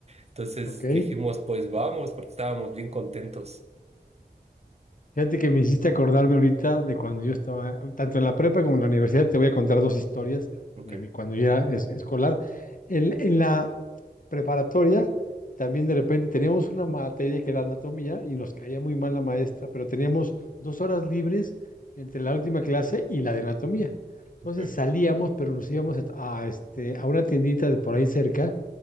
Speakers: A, on the right; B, on the left.
A: Entonces
B: Ok,
A: dijimos, pues vamos, porque estábamos bien contentos.
B: fíjate que me hiciste acordarme ahorita de cuando yo estaba, tanto en la prepa como en la universidad, te voy a contar dos historias
A: Ok,
B: de mi cuando yo era es- escolar. En, en la preparatoria también de repente teníamos una materia que era anatomía y nos caía muy mal la maestra, pero teníamos dos horas libres entre la última clase y la de anatomía. Entonces
A: ok.
B: salíamos, pero nos íbamos a, a, este, a una tiendita de por ahí cerca